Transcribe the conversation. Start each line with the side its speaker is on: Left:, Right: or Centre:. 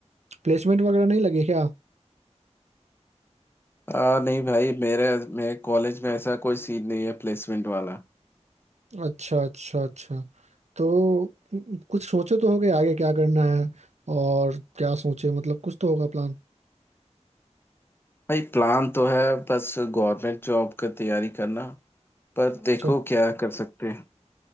Right: प्लेसमेंट वगैरह नहीं लगी क्या
Left: आ, नहीं भाई मेरे मेरे कॉलेज में ऐसा कोई सीन नहीं है प्लेसमेंट वाला
Right: अच्छा अच्छा अच्छा तो कु- कुछ सोचे तो होगे आगे क्या करना है और क्या सोचे मतलब कुछ तो होगा प्लान
Left: भाई प्लान तो है बस गवर्नमेंट जॉब का तैयारी करना पर देखो
Right: अच्छा
Left: क्या कर सकते हैं